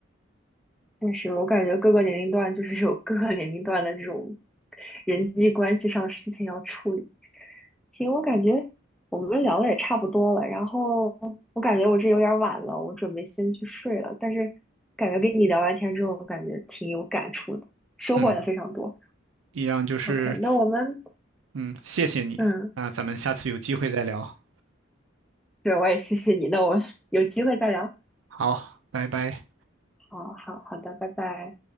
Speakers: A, in the centre; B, on the right (about 85°).
A: 但是我感觉各个年龄段就是有各个年龄段的这种人际关系上的事情要处理。行，我感觉我们聊的也差不多了，然后我感觉我这有点晚了，我准备先去睡了。但是感觉跟你聊完天之后，我感觉挺有感触的，收获也非常多。
B: 嗯，一样就是。
A: OK，那我们
B: 嗯，谢谢你，
A: 嗯，
B: 那咱们下次有机会再聊。
A: 对，我也谢谢你，那我们有机会再聊。
B: 好，拜拜。
A: 好好好的，拜拜。